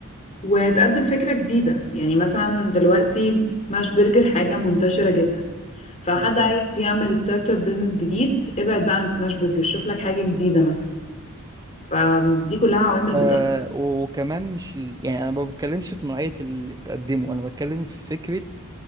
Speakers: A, on the left; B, on the right.
A: وتقدم فكره جديده يعني مثلا دلوقتي سماش برجر حاجه منتشره جدا فحد
B: بالظبط
A: عايز يعمل ستارت اب بزنس جديد ابعد بقى عن سماش برجر شوف لك حاجة جديدة مثلا فدي كلها عوامل
B: آه
A: بتأثر
B: وكمان مش ال... يعني أنا ما بتكلمش في نوعية اللي تقدمه أنا بتكلم في فكرة